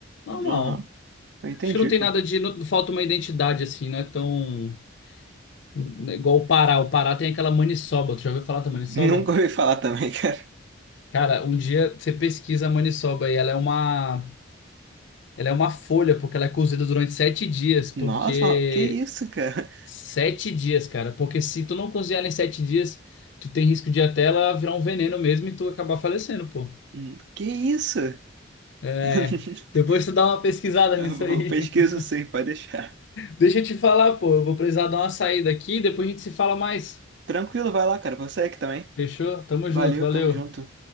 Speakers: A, on the left; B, on the right.
A: normal.
B: Aham, eu entendi,
A: Acho que não tem
B: cara.
A: nada
B: <laughs>
A: de não, falta uma identidade assim, não é tão não é igual o Pará. O Pará tem aquela maniçoba. Tu já ouviu falar da maniçoba?
B: Nunca ouvi falar também, cara.
A: Cara, um dia você pesquisa a maniçoba e ela é uma ela é uma folha porque ela é cozida durante sete dias, porque
B: Nossa, mas que isso, cara?
A: sete dias, cara, porque se tu não cozinhar em sete dias, tu tem risco de até ela virar um veneno mesmo e tu acabar falecendo, pô.
B: Hum, Que isso?
A: É,
B: <laughs>
A: Depois tu dá uma pesquisada
B: Eu
A: nisso aí.
B: Pesquiso
A: <laughs>
B: sim, pode deixar.
A: Deixa eu te falar, pô, eu vou precisar dar uma saída aqui, depois a gente se fala mais.
B: Tranquilo, vai lá, cara. Você aqui também.
A: Fechou? Tamo
B: Valeu,
A: junto, valeu.
B: tamo junto.